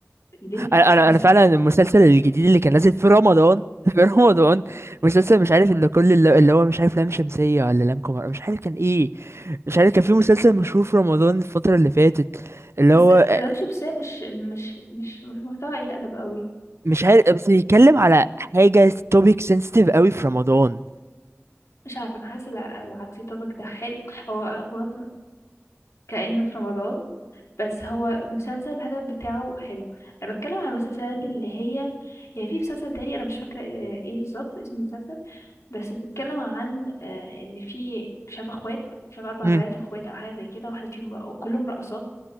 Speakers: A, on the left; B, on the right.
A: ليه
B: انا انا
A: بس
B: أنا فعلا المسلسل الجديد اللي كان نازل في رمضان <laughs> في رمضان مسلسل مش عارف اللي كل اللي, اللي هو مش عارف لام شمسية ولا لام قمر مش عارف كان ايه مش عارف كان في مسلسل مشهور في رمضان الفترة اللي فاتت اللي
A: بس
B: هو
A: ده
B: آه،
A: مش بس هي مش مش مش مش محتوى قليل ادب قوي
B: مش عارف بس بيتكلم على حاجة توبيك سنسيتيف قوي في رمضان
A: مش عارفه انا حاسه الع- العكس الطبق ده حلو هو واخد كأنه في رمضان بس هو مسلسل الهدف بتاعه حلو انا بتكلم على المسلسلات اللي هي يعني في مسلسل تاني انا مش فاكره آه، ايه بالظبط اسم المسلسل بس بيتكلم عن آه، ان في شاف اخوات شاف اربع
B: امم
A: بنات اخوات او حاجه زي كده واحده فيهم وكلهم رقصات